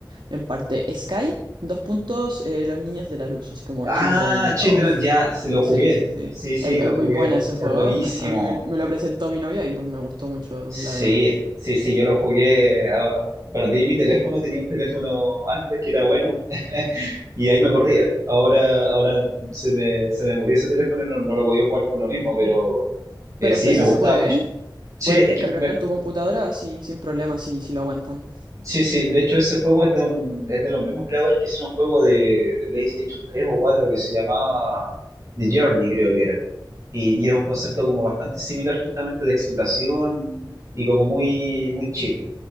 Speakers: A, on the right (about 70°); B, on the right (about 40°).
A: En parte, Sky, dos puntos, eh, Los Niños de la Luz, así como
B: Ah,
A: Children
B: Children,
A: of...
B: ya, sí, lo
A: Sí,
B: jugué.
A: sí, sí.
B: Sí, sí,
A: Es,
B: lo
A: es muy
B: jugué.
A: buena ese
B: Es
A: juego.
B: buenísimo.
A: me- a mí me, me lo presentó mi novia y pues me gustó mucho,
B: Sí,
A: la verdad.
B: sí, sí, yo lo jugué, a- a- perdí mi teléfono, tenía un teléfono antes que era bueno <laughs> y ahí me corría. Ahora, ahora se me, se me murió ese teléfono y no, no lo podía jugar por lo mismo, pero eh,
A: Pero
B: sí,
A: en PC
B: me gustaba
A: se puede,
B: mucho.
A: ¿eh?
B: Sí,
A: Puedes
B: es
A: descargarlo
B: que me,
A: en tu computadora sin, sin problema si, si lo aguantan.
B: Sí, sí, de hecho ese juego es de un, es de los mismos creadores que hicieron un juego de, de PlayStation 3 o 4 que se llamaba The Journey, creo que era. Y, y es un concepto como bastante similar justamente de exploración y como muy, muy chill.